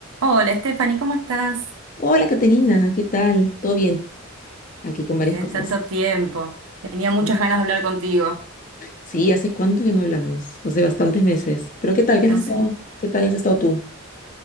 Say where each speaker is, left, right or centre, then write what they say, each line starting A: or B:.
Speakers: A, on the right; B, on the left.
A: Hola, Stephanie, ¿cómo estás?
B: Hola, Caterina, ¿qué tal? ¿Todo bien? Aquí con
A: Bien,
B: varias cosas.
A: tanto tiempo. Tenía
B: Sí,
A: muchas ganas de hablar contigo.
B: Sí, ¿hace cuánto que no hablamos? Hace bastantes meses. Pero ¿qué tal? ¿Qué has
A: Hace-
B: estado? ¿Qué tal has estado tú?